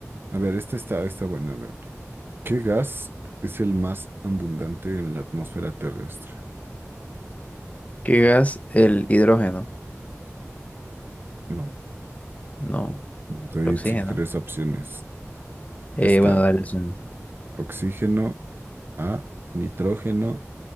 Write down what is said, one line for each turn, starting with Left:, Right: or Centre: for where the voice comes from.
Right: A ver, esta está, está buena. A ver, ¿qué gas es el más abundante en la atmósfera terrestre?
Left: ¿Qué gas? El hidrógeno.
Right: No.
Left: No,
Right: Te di
Left: el oxígeno.
Right: si quieres opciones.
Left: Eh,
Right: Está
Left: bueno, dale. Son-
Right: oxígeno, A, nitrógeno,